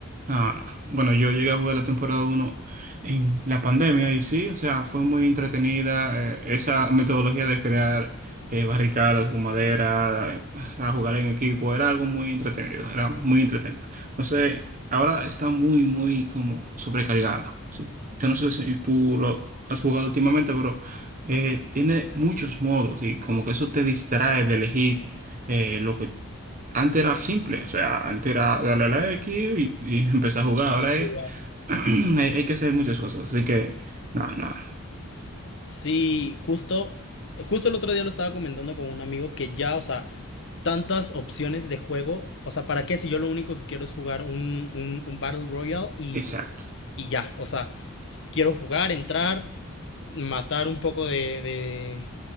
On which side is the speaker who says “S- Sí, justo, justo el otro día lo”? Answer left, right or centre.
Left